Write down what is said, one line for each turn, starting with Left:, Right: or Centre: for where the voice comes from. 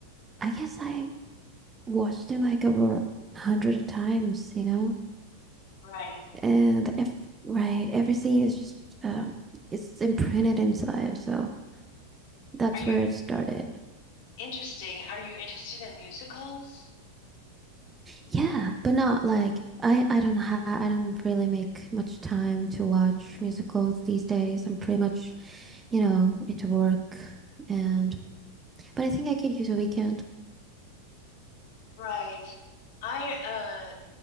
Right: I guess I watched it like over a hundred times, you know?
Left: Right.
Right: And if, right, everything is just, um, it's imprinted inside. So that's
Left: Are you
Right: where it started.
Left: interesting? Are you interested in musicals?
Right: Yeah, but not like, I, I don't know how, I don't really make much time to watch musicals these days. I'm pretty much, you know, into work. And, but I think I could use a weekend.
Left: Right. I uh,